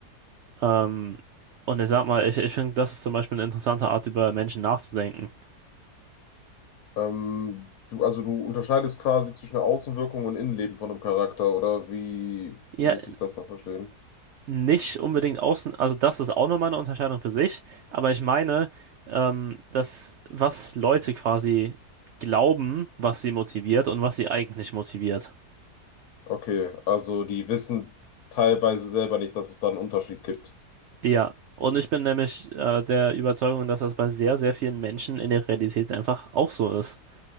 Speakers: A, on the right (about 75°); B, on the left (about 70°).
A: Ähm, und ich sag mal, ich, ich finde, das ist zum Beispiel eine interessante Art, über Menschen nachzudenken.
B: Ähm, du, also du unterscheidest quasi zwischen Außenwirkung und Innenleben von einem Charakter, oder wie
A: Ja,
B: muss ich das da verstehen?
A: nicht unbedingt außen, also das ist auch nochmal eine Unterscheidung für sich, aber ich meine, ähm, dass was Leute quasi glauben, was sie motiviert und was sie eigentlich motiviert.
B: Okay, also die wissen teilweise selber nicht, dass es da einen Unterschied gibt.
A: Ja, und ich bin nämlich äh, der Überzeugung, dass das bei sehr, sehr vielen Menschen in der Realität einfach auch so ist.